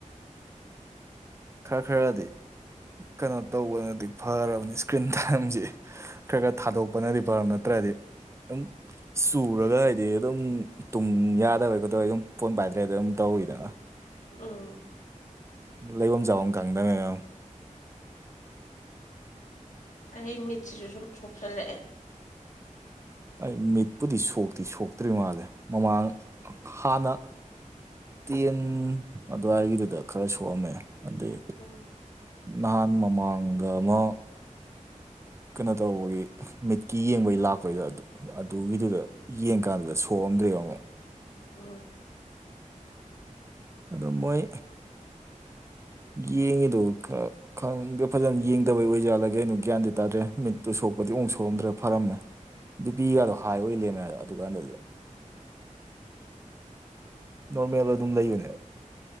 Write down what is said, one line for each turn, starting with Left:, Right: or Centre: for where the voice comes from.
Right: ꯈꯔ ꯈꯔꯗꯤ ꯀꯩꯅꯣ ꯇꯧꯕꯅꯗꯤ ꯐꯔꯕꯅꯤ ꯏꯁꯀ꯭ꯔꯤꯟ ꯇꯥꯏꯝꯁꯤ ꯈꯔ ꯈꯔ ꯊꯥꯗꯣꯛꯄꯅꯗꯤ ꯐꯔꯕꯅꯤ ꯅꯠꯇ꯭ꯔꯗꯤ ꯑꯗꯨꯝ ꯆꯨꯔꯒ ꯍꯥꯏꯗꯤ ꯑꯗꯨꯝ ꯇꯨꯝ ꯌꯥꯗꯕꯩ ꯈꯣꯠꯇꯕꯩ ꯑꯗꯨꯝ ꯐꯣꯟ ꯄꯥꯏꯗ꯭ꯔꯦꯗꯤ ꯑꯗꯨꯝ ꯇꯧꯋꯤꯗꯅ
Left: ꯑꯥ
Right: ꯂꯩꯐꯝ ꯆꯥꯐꯝ ꯈꯪꯗꯃꯦ ꯃꯌꯥꯝ
Left: ꯑꯗꯩ ꯃꯤꯠꯁꯤꯁꯨ ꯁꯨꯝ ꯁꯣꯛꯆꯜꯂꯛꯑꯦ
Right: ꯑꯩ ꯃꯤꯠꯄꯨꯗꯤ ꯁꯣꯛꯇꯤ ꯁꯣꯛꯇ꯭ꯔꯤ ꯃꯥꯜꯂꯦ ꯃꯃꯥꯡ ꯍꯥꯟꯅ ꯇꯦꯟ ꯑꯗꯨꯋꯥꯏꯒꯤꯗꯨꯗ ꯈꯔ ꯁꯣꯛꯑꯝꯃꯦ ꯑꯗꯨꯗꯤ
Left: ꯑꯥ
Right: ꯅꯍꯥꯟ ꯃꯃꯥꯡꯗ ꯑꯃ ꯀꯩꯅꯣ ꯇꯧꯕꯒꯤ ꯃꯤꯠꯀꯤ ꯌꯦꯡꯕꯩ ꯂꯥꯛꯄꯩꯗ ꯑꯗꯨ ꯑꯗꯨꯒꯤꯗꯨꯗ ꯌꯦꯡꯀꯥꯟꯗꯨꯗ ꯁꯣꯛꯑꯝꯗ꯭ꯔꯦꯕ ꯑꯃꯨꯛ
Left: ꯎꯝ
Right: ꯑꯗꯣ ꯃꯣꯏ꯫ ꯌꯦꯡꯉꯤꯗꯣ ꯈꯔ꯫ ꯈꯪꯗꯦ ꯐꯖꯅ ꯌꯦꯡꯗꯕꯩ ꯑꯣꯏꯖꯥꯠꯂ ꯀꯩꯅꯣ ꯒ꯭ꯌꯥꯟꯗꯤ ꯇꯥꯗ꯭ꯔꯦ ꯃꯤꯠꯇꯨ ꯁꯣꯛꯄꯗꯤ ꯑꯃꯕꯨꯛ ꯁꯣꯛꯑꯝꯗ꯭ꯔꯦ ꯐꯔꯝꯃꯦ꯫ ꯕꯤꯄꯤꯒꯗꯣ
Left: ꯎꯝ
Right: ꯍꯥꯏ ꯑꯣꯏ ꯂꯩꯔꯝꯃꯦ ꯍꯥꯏꯕ꯫ ꯗꯨꯀꯥꯟꯗꯗꯤ ꯅꯣꯔꯃꯦꯜ ꯑꯗꯨꯝ ꯂꯩꯕꯅꯦꯕ꯫